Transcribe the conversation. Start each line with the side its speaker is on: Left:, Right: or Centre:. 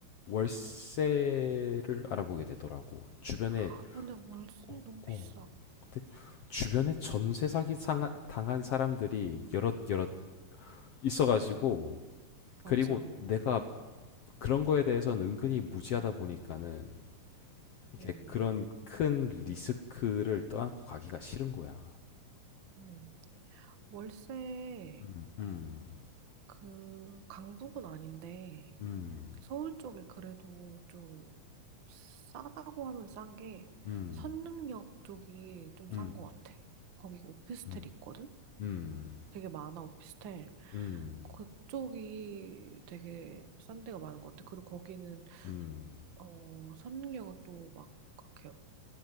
Left: 월세를 알아보게 되더라고 주변에
Right: 아, 근데 월세
Left: 어,
Right: 너무 비싸.
Left: 어, 근데 주변에 전세 사기 상하- 당한 사람들이 여럿 여럿 있어가지고
Right: 맞아.
Left: 그리고 내가 그런 거에 대해서는 은근히 무지하다 보니까는 이게
Right: 음,
Left: 그런 큰 리스크를 떠안고 가기가 싫은 거야.
Right: 음. 월세
Left: 음, 음,
Right: 그 강북은 아닌데
Left: 음,
Right: 서울 쪽에 그래도 좀 싸다고 하면 싼 게
Left: 음,
Right: 선릉역 쪽이 좀 싼
Left: 음,
Right: 것
Left: 음,
Right: 같아. 거기 오피스텔
Left: 음,
Right: 있거든?
Left: 음,
Right: 되게 많아 오피스텔.
Left: 음, 음,
Right: 그쪽이 되게 싼 데가 많은 것 같아. 그리고 거기는
Left: 음,
Right: 어, 선능력은 또 막 그렇게